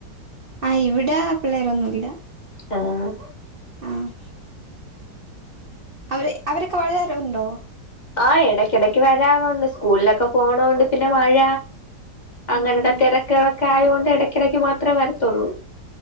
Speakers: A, on the right (about 80°); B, on the left (about 30°).
A: ആഹ് ഇവിടെ പിള്ളേരൊന്നുല്ല
B: ആഹ്
A: ആഹ് അവര് അവരൊക്കെ വരാറ് ഉണ്ടോ
B: ആഹ് ഇടയ്ക്കിടക്ക് വരാറുണ്ട് സ്കൂളിലൊക്കെ പോണോണ്ട് പിന്നെ മഴ അങ്ങനത്തെ
A: ആഹ് ആഹ്
B: തിരക്ക് കളൊക്കെ ആയോണ്ട് എടയ്ക്കിടക്ക് മാത്രമേ വരത്തുള്ളൂ